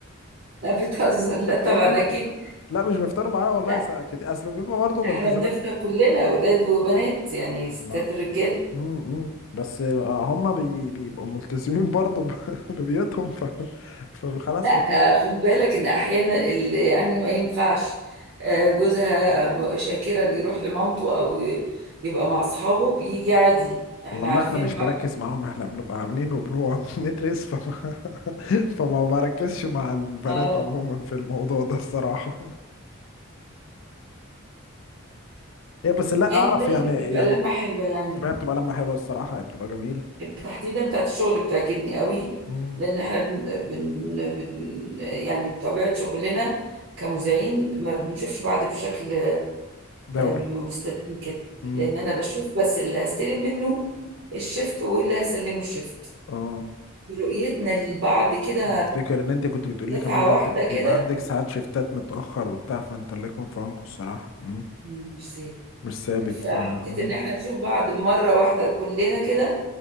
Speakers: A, on the right; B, on the left.
A: لا بتهزر
B: <laughs>
A: لا طبعا
B: اه والله
A: أكيد
B: لا مش بيفطروا معانا والله
A: لا
B: ساعة كتير اصل بيبقى برضه بالتزامات
A: احنا بنفطر كلنا ولاد وبنات يعني ستات
B: ما
A: ورجاله
B: امم بس آه، هم بي... بيبقوا ملتزمين برضه ب... <laughs> ببيوتهم ف... فخلاص
A: لا
B: اوكي
A: آه، خد بالك ان احيانا اللي يعني ما ينفعش آه، جوزها م- شاكرا يروح لمامته او ي- يبقى مع اصحابه بيجي عادي احنا
B: والله
A: عارفين
B: انا مش
A: بعض
B: بركز معاهم احنا بنبقى عاملين وبنقعد <laughs> ندرس فما, فما بركزش مع البنات
A: اه
B: عموما في الموضوع ده الصراحة <laughs> هي بس لا
A: يعني
B: اعرف
A: هي
B: يعني
A: بتبقى
B: يعني
A: لمة حلوة يعني
B: ما هي بتبقى لما حلوه الصراحه هي بتبقى جميله
A: تحديدا بتاعت الشغل بتعجبني قوي
B: مم.
A: لان احنا بن بن بن- يعني بطبيعة شغلنا كمذيعين ما بنشوفش بعض بشكل
B: دوري
A: مستلزم كده
B: مم.
A: لان انا بشوف بس اللي هستلم منه الشفت واللي هسلمه الشفت
B: اه
A: برؤيتنا لبعض كده
B: أنا افتكر ان انت كنت بتقولي
A: دفعة
B: كمان ده
A: واحدة
B: انت
A: كده
B: بيبقى عندك ساعات شيفتات متاخر وبتاع فانت الله يكون في عونكم الصراحه مم.
A: مش سهل
B: مش ثابت
A: فحتة
B: ف مم.
A: ان احنا نشوف بعض مرة واحدة كلنا كده